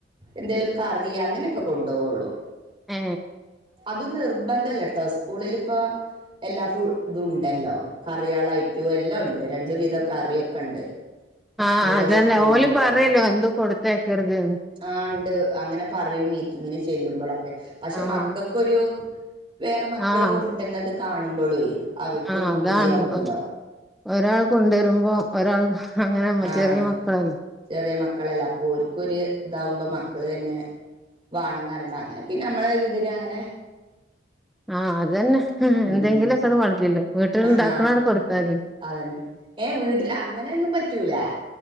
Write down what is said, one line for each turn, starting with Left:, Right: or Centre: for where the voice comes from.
Right: എന്തേലും കറി അങ്ങനെയൊക്കെ കൊണ്ടുപോവുള്ളൂ
Centre: ഏ
Right: അത് നിർ നിർബന്ധല്ലോട്ടോ സ്കൂളിൽ ഇപ്പോ എല്ലാ ഫുഡ് ഇതും ഉണ്ടല്ലോ കറികള് ആതയിറ്റും എല്ലാം ഉണ്ട് രണ്ട് വിധം കറിയൊക്കെ ഉണ്ട്
Centre: ആഹ്
Right: ഇവരെ
Centre: അതന്നെ
Right: സ്കൂളിലിട്ടോ
Centre: ഓല് പറയല്ലോ ഒന്നും കൊടുത്തയക്കരുതെന്ന്
Right: ആ ഉണ്ട് അങ്ങനെ പറയും മീറ്റിങ്ങിന് ചെല്ലുമ്പോഴൊക്കെ
Centre: ആഹ്
Right: മക്കൾക്കൊരു വേറെ മക്കള്
Centre: ആഹ്
Right: കൊണ്ടു വരുന്നത് കാണുമ്പോള് അവർക്കൊരു
Centre: ആഹ്
Right: പൂതിയാവുല്ലോ
Centre: അതാണ് ഒ- ഒരാൾ കൊണ്ടുവരുമ്പോ ഒരാൾ അങ്ങനെ
Right: ആഹ്
Centre: ചെറിയ മക്കളല്ലേ
Right: ചെറിയ മക്കളല്ല അപ്പൊ ഓൽക്ക് ഒരു ഇതാവുമ്പോ മക്കള് തന്നെ വേണംന്ന് പറയുമ്പോ അങ്ങനെ പിന്നെ നമ്മളെ ഒരു ഇതിന് അങ്ങനെ
Centre: ആഹ് അതന്നെ
Right: ഉം
Centre: എന്തെങ്കിലും ഒക്കെ മതിയല്ലോ വീട്ടില്
Right: ആഹാ
Centre: ഇണ്ടാക്കണട് കൊടുത്താല്
Right: അതന്നെ ഏ വീട്ടിൽ അങ്ങനെയൊന്നും പറ്റൂല